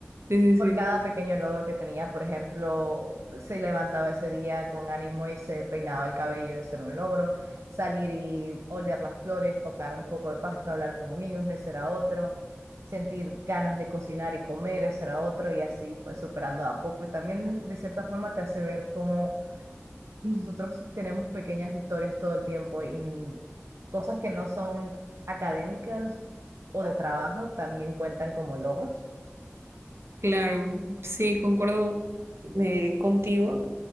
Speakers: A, on the right; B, on the right.
A: sí,
B: por
A: sí,
B: cada pequeño logro que tenía. Por ejemplo, se levantaba ese día con ánimo y se peinaba el cabello, ese era un logro. Salir y oler las flores, tocar un poco de pasto, hablar con amigos, ese era otro. Sentir ganas de cocinar y comer, ese era otro. Y así fue superando de a poco. Y también, de cierta forma, te hace ver cómo nosotros tenemos pequeñas victorias todo el tiempo y n- cosas que no son académicas o de trabajo también cuentan como logros.
A: claro, sí, concuerdo eh, contigo.